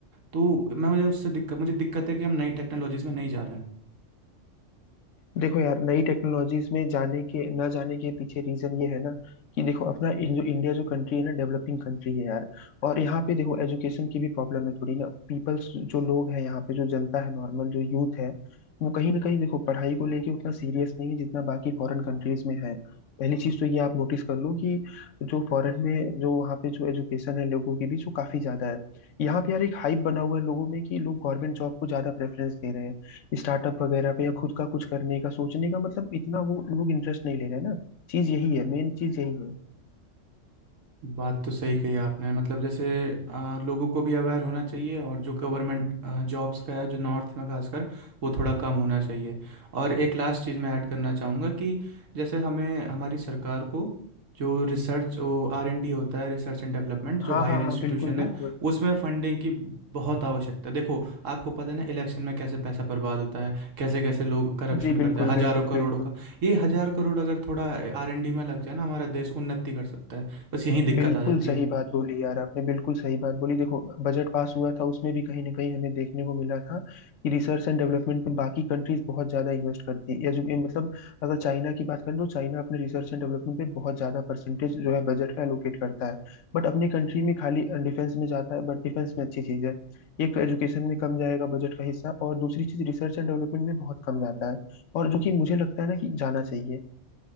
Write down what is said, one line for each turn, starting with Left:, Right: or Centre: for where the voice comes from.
Right: तो मैं मुझे उससे दिक्कत मुझे दिक्कत है कि हम नई टेक्नोलॉजीज में नहीं जा रहे हैं
Left: देखो यार नई टेक्नोलॉजीज में जाने के ना जाने के पीछे रीजन ये है ना कि देखो अपना इन- जो इंडिया जो कंट्री है ना डेवलपिंग कंट्री है यार और यहाँ पे देखो एजुकेशन की भी प्रॉब्लम है थोड़ी ना पीपल्स जो लोग हैं यहाँ पे जो जनता है नॉर्मल जो यूथ है वो कहीं ना कहीं देखो पढ़ाई को लेके उतना सीरियस नहीं है जितना बाकी फॉरेन कंट्रीज में है पहली चीज तो ये आप नोटिस कर लो कि जो फॉरेन में जो वहाँ पे जो एजुकेशन है लोगों की भी जो काफी ज्यादा है यहाँ पे यार एक हाइप बना हुआ है लोगों में कि लोग गवर्नमेंट जॉब को ज्यादा प्रेफरेंस दे रहे हैं स्टार्टअप वगैरह पे या खुद का कुछ करने का सोचने का मतलब इतना वो लोग इंटरेस्ट नहीं ले रहे हैं ना चीज यही है मेन चीज यही है
Right: बात तो सही कही आपने मतलब जैसे आ, लोगों को भी अवेयर होना चाहिए और जो गवर्नमेंट जॉब्स का है जो नॉर्थ में खासकर वो थोड़ा कम होना चाहिए और एक लास्ट चीज़ मैं ऐड करना चाहूँगा कि जैसे हमें हमारी सरकार को जो रिसर्च वो आर एन डी होता है रिसर्च एंड डेवलपमेंट जो
Left: हाँ
Right: हायर
Left: हाँ
Right: इंस्टीट्यूशन
Left: हाँ बिल्कुल बिल्कुल
Right: है उसमें फंडिंग की बहुत आवश्यकता है देखो आपको पता है ना इलेक्शन में कैसे पैसा बर्बाद होता है कैसे कैसे लोग करप्शन
Left: जी बिल्कुल
Right: करते हैं हजारों
Left: बिल्कुल
Right: करोड़ों
Left: बिल्कुल
Right: का ये हजार करोड़ अगर थोड़ा आर एन डी में लग जाए ना हमारा देश उन्नति कर सकता है बस यही दिक्कत
Left: बिल्कुल
Right: आ जाती
Left: सही
Right: है
Left: बात बोली यार आपने बिल्कुल सही बात बोली देखो बजट पास हुआ था उसमें भी कहीं ना कहीं हमें देखने को मिला था कि रिसर्च एंड डेवलपमेंट पे बाकी कंट्रीज बहुत ज्यादा इन्वेस्ट करती है या जो ये मतलब अगर चाइना की बात करें तो चाइना अपने रिसर्च एंड डेवलपमेंट पे बहुत ज्यादा परसेंटेज जो है बजट का एलोकेट करता है बट अपनी कंट्री में खाली डिफेंस में जाता है बट डिफेंस में अच्छी चीज है एक तो एजुकेशन में कम जाएगा बजट का हिस्सा और दूसरी चीज रिसर्च एंड डेवलपमेंट में बहुत कम जाता है और जो कि मुझे लगता है ना कि जाना चाहिए